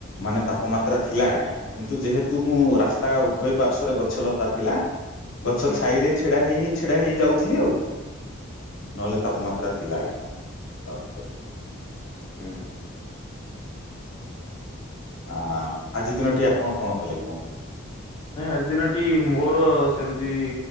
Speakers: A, on the left (about 75°); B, on the left (about 25°).
A: ମାନେ ତାପମାତ୍ରା ଥିଲା ଆଜ୍ଞା। କିନ୍ତୁ ଯେହେତୁ ମୁଁ ରାସ୍ତା ଉଭୟ ପାର୍ଶ୍ଵରେ ଗଛ ଲତା ଥିଲା ଗଛ
B: ହୁଁ
A: ଛାଇରେ ଛିଡା ହେଇ ହେଇ ଛିଡା ହେଇ ଯାଉଁଥିଲି ଆଉ। ନହେଲେ
B: ଆଚ୍ଛା
A: ତାପମାତ୍ରା ମାତ୍ରା ଥିଲା ଆଜ୍ଞା ପାଉଛି ପଛେ।
B: ହୁଁ।
A: ଆଁ ଆଜି ଦିନଟି ଆପଣ କଣ କଲେ କୁହନ୍ତୁ?
B: ନାଇଁ ଆଜି ଦିନଟି ମୋର ସେମିତି